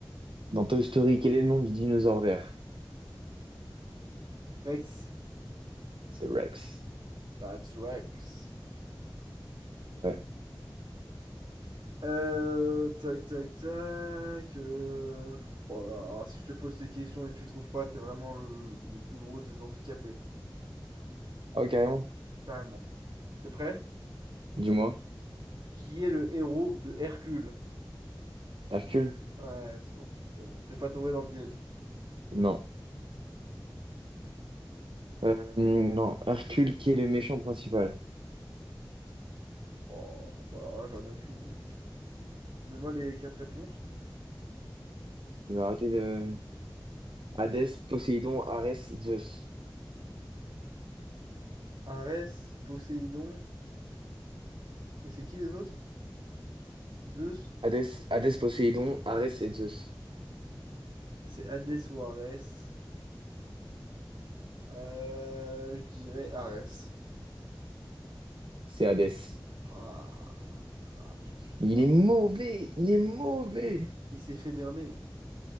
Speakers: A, on the right; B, on the right.
A: dans Toy Story, quel est le nom du dinosaure vert?
B: Rex.
A: C'est Rex.
B: That's Rex.
A: Ouais.
B: Euh, tac, tac, tac. euh, Oh là là, alors si je te pose des questions et que tu trouves pas, t'es vraiment le, le- le plus gros des handicapés.
A: Ah, ouais, carrément.
B: Carrément. T'es prêt?
A: Dis-moi.
B: Qui est le héros de Hercule?
A: Hercule?
B: Ouais, c'est bon. C'est bon. T'es pas tombé dans le piège.
A: Non. Euh, non. Hercule, qui est le méchant principal?
B: Oh, bah alors là, j'en ai aucune idée. Donne-moi les quatre réponses.
A: Il va arrêter de... Hadès, Poséidon, Arès, Zeus.
B: Arès, Poséidon, et c'est qui les autres? Zeus?
A: Hadès, Hadès, Poséidon, Arès et Zeus.
B: C'est Hadès ou Arès. Euh, je dirais Arès.
A: C'est Hadès.
B: Ah, ah, je me suis fait
A: Il
B: berner.
A: est mauvais, il est mauvais.
B: Il s'est fait berner.